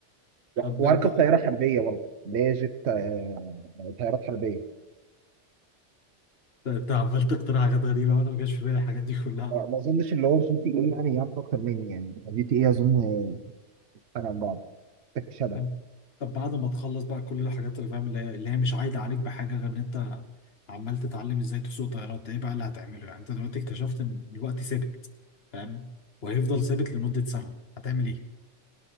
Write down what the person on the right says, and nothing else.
لا
واركب
طياره حربيه برضه اللي هي جيت آه، طيارات حربيه
ما ما اظنش اللي هو جي تي ايه يعني يعرف اكتر مني يعني جي تي ايه اظن آه، فرق عن بعض تك شبه